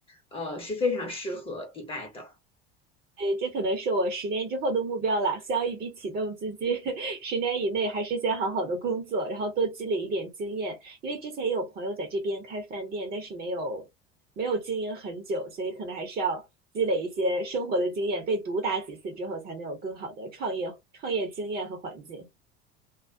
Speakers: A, on the left (about 15°); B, on the right (about 30°).
A: 呃是非常适合迪拜的。
B: 哎，这可能是我十年之后的目标啦，需要一笔启动资金。<laughs> 十年以内还是先好好的工作，然后多积累一点经验。因为之前也有朋友在这边开饭店，但是没有没有经营很久，所以可能还是要积累一些生活的经验，被毒打几次之后，才能有更好的创业创业经验和环境。